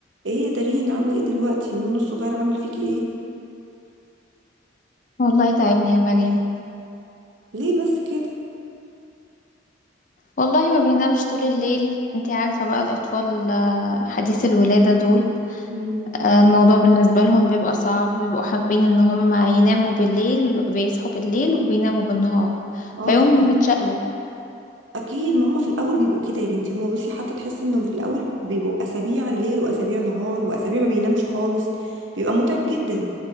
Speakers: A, on the right; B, on the left.
A: ايه يا دارين عامله ايه دلوقتي نونو الصغير عامل فيكي ايه
B: والله تعبني يا مريم
A: ليه بس كده
B: والله ما بينامش طول الليل انتي عارفة بقى الأطفال آه، حديث الولادة دول
A: امم
B: آه، الموضوع بالنسبة لهم بيبقى صعب بيبقوا حابين ان هم يناموا بالليل بيصحوا بالليل وبيناموا بالنهار
A: اه
B: فيوم
A: طبعا
B: متشقلب
A: اكيد ما هما في الاول بيبقوا كده يا بنتي هما بصي حتى تحسي انهم في الاول بيبقوا اسابيع ليل واسابيع نهار واسابيع ما بينامش خالص بيبقى متعب جدا